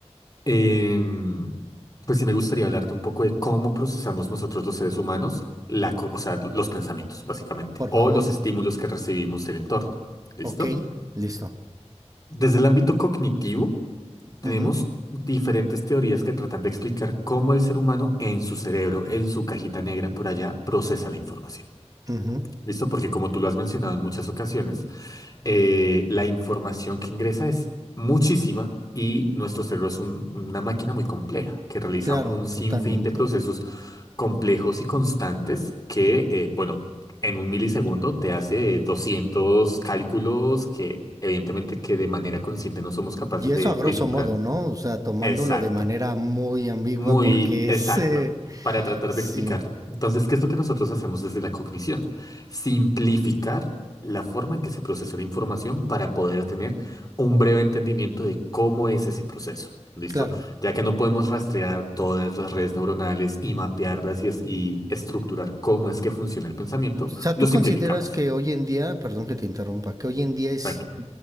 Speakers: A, on the left; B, on the right.
A: Em, pues sí me gustaría hablarte un poco de cómo procesamos nosotros los seres humanos, la, co- o sea, los pensamientos, básicamente,
B: por
A: o
B: favor.
A: los estímulos que recibimos del entorno. ¿Listo?
B: Ok, listo.
A: Desde el ámbito cognitivo, tenemos
B: Ujú,
A: diferentes teorías que tratan de explicar cómo el ser humano en su cerebro, en su cajita negra por allá, procesa la información.
B: ujú.
A: ¿Listo? Porque como tú lo has mencionado en muchas ocasiones, eh, la información que ingresa es muchísima y nuestro cerebro es un- una máquina muy compleja que realiza
B: Claro,
A: un sinfín
B: totalmente.
A: de procesos complejos y constantes que, eh, bueno, en un milisegundo te hace eh, 200 cálculos que evidentemente que de manera consciente no somos capaces
B: Y eso
A: de
B: a grosso
A: vislumbrar.
B: modo, ¿no? O sea, tomándolo
A: Exacto.
B: de manera muy ambigua
A: Muy
B: porque
A: exacto,
B: es... eh,
A: para tratar
B: sí,
A: de explicarlo. Entonces, ¿qué es lo que nosotros hacemos desde la cognición? Simplificar la forma en que se procesa la información para poder tener un breve entendimiento de cómo es ese proceso. ¿Listo?
B: claro.
A: Ya que no podemos rastrear todas las redes neuronales y mapearlas y, es- y estructurar cómo es que funciona el pensamiento,
B: O sea,
A: lo
B: ¿tú
A: simplificamos.
B: consideras que hoy en día, perdón que te interrumpa, que hoy en día es
A: Tranquilo.